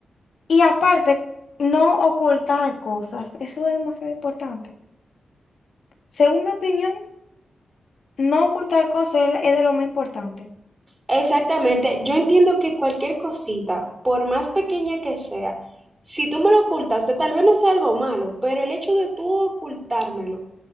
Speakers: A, on the left; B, on the right.
A: Y aparte, no ocultar cosas, eso es demasiado importante. Según mi opinión, no ocultar cosas es, es de lo más importante.
B: Exactamente, yo entiendo que cualquier cosita, por más pequeña que sea, si tú me lo ocultaste, tal vez no sea algo malo, pero el hecho de tú ocultármelo